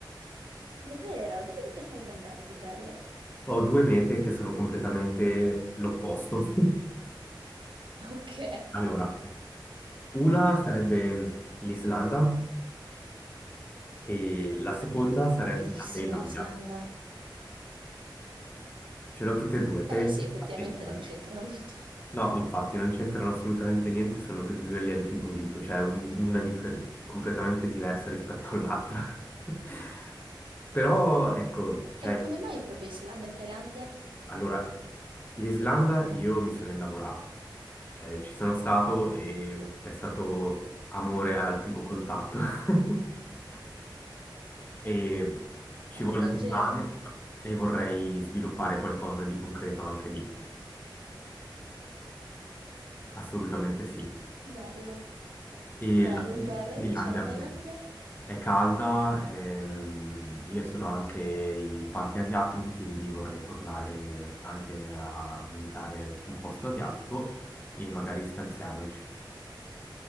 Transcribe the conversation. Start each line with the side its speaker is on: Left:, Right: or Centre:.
Right: Davvero? Dove ti piacerebbe andare di bello?
Left: Ho due mete che sono completamente l'opposto. <laughs>
Right: Ok.
Left: Allora, una sarebbe l'Islanda e la seconda
Right: <laughs>
Left: sarebbe
Right: Bellissima
Left: la Thailandia.
Right: l'Islanda.
Left: Ce l'ho tutte e due, Teotihuacan
Right: Beh, sì, effettivamente
Left: e Tandi.
Right: non c'entrano molto.
Left: No, infatti non c'entrano assolutamente niente, sono tutte e due gli antipodi, cioè un- una differ- completamente diversa rispetto all'altra. <laughs> Però ecco, cioè,
Right: E come mai proprio Islanda e Thailandia?
Left: allora, l'Islanda io mi sono innamorato, cioè ci sono stato e è stato amore al primo contatto <laughs> e ci
Right: A
Left: voglio
Right: primo
Left: tornare
Right: gelo.
Left: e vorrei sviluppare qualcosa di concreto anche lì, assolutamente sì.
Right: Bello,
Left: E
Right: bello,
Left: la Sri
Right: bello.
Left: la Sri
Right: E invece
Left: Lanka
Right: la Thailandia?
Left: beh, è calda, ehm, io sono anche in parte asiatico, quindi vorrei tornare anche a visitare un posto asiatico e magari stanziarmici.